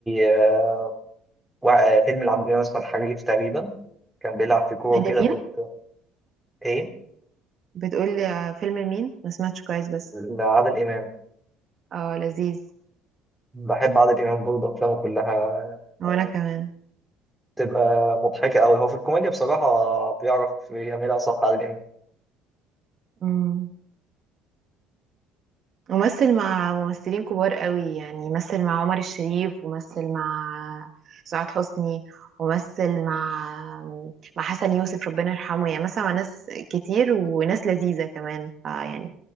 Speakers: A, in the centre; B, on the right.
A: آه، وا- آه، فيلم لعادل إمام اسمه الحريف تقريبا كان بيلعب في كورة
B: انت
A: كده
B: مين
A: كنت إيه
B: بتقولي آه، فيلم لمين ما سمعتش كويس بس
A: لعادل إمام
B: اه لذيذ
A: بحب عادل إمام برضه أفلامه كلها
B: وانا كمان
A: تبقى مضحكة أوي هو في الكوميديا بصراحة بيعرف يعملها صح عادل إمام
B: امم ومثل مع ممثلين كبار قوي يعني مثل مع عمر الشريف ومثل مع سعاد حسني ومثل مع مع حسن يوسف ربنا يرحمه يعني مثل مع ناس كتير وناس لذيذة كمان فيعني